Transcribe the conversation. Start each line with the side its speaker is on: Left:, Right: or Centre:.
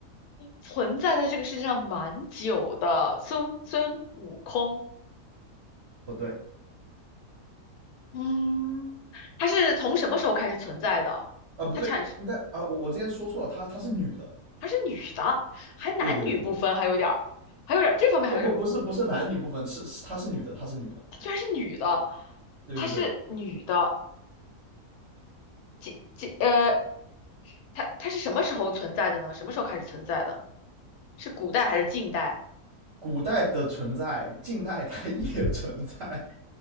Left: 存在在这个世界上蛮久的，孙孙悟空，
Right: 不对，啊、
Left: 嗯，他是从什么时候开始存在的？
Right: 呃不对，
Left: 他产生，
Right: 应该啊、呃我我之前说错了，她她是女的，
Left: 他是女的，还男女不分，
Right: 对对对对，
Left: 还有点儿，还有点儿这方面还有点儿模糊，
Right: 不不不是不是男女不分，是是她是女的，她是女的，
Left: 她居然是女的，
Right: 对对对，
Left: 她是女的，几几呃，她她是什么时候存在的呢？什么时候开始存在的？是古代还是近代？
Right: 古代的存在，近代它 <laughs> 也存在，